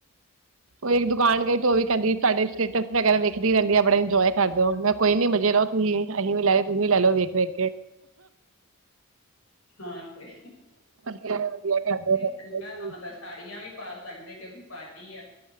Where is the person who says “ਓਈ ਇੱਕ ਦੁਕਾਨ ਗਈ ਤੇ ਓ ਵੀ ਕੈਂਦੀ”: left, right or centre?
Right